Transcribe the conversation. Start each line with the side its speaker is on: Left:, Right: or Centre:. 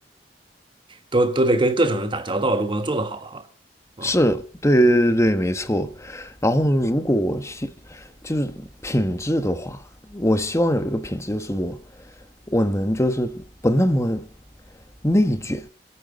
Right: 都都得跟各种人打交道，如果要做得好的话，
Left: 是，
Right: 啊，
Left: 对对对对，没错。然后如果我希就是品质的话，我希望有一个品质就是我我能就是不那么内卷，